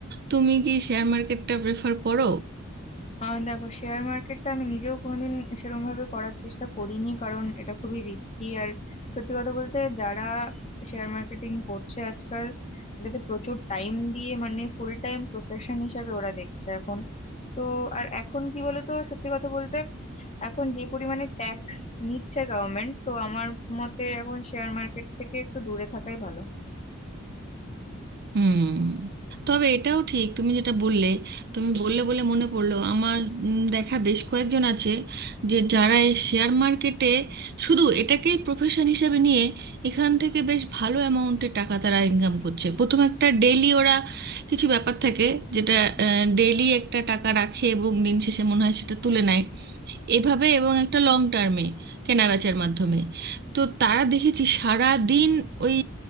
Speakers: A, on the right; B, on the left.
A: তুমি কি শেয়ার মার্কেটটা প্রেফার করো
B: আহ দেখো শেয়ার মার্কেটটা আমি নিজেও কোনোদিন সেরকম ভাবে করার চেষ্টা করিনি কারণ এটা খুবই রিস্কি আর সত্যি কথা বলতে যারা শেয়ার মার্কেটিং করছে আজকাল এটাতে প্রচুর টাইম দিয়ে মানে ফুল টাইম প্রফেশন হিসাবে ওরা দেখছে এখন তো আর এখন কি বলতো সত্যি কথা বলতে এখন যে পরিমাণে ট্যাক্স নিচ্ছে গভর্নমেন্ট তো আমার মতে এখন শেয়ার মার্কেট থেকে একটু দূরে থাকাই ভালো
A: হুম তবে এটাও ঠিক তুমি যেটা বললে তুমি বললে বলে মনে পড়লো আমার উম, দেখা বেশ কয়েকজন আছে যে যারা এই শেয়ার মার্কেটে শুধু এটাকেই প্রফেশন হিসাবে নিয়ে এখান থেকে বেশ ভালো অ্যামাউন্টের টাকা তারা ইনকাম করছে প্রথম একটা ডেইলি ওরা কিছু ব্যাপার থাকে যেটা ডেইলি একটা টাকা রাখে এবং দিন শেষে মনে হয় সেটা তুলে নেয় এভাবে এবং একটা লং টার্মে কেনাবেচার মাধ্যমে তো তারা দেখেছি সারা দিন ওই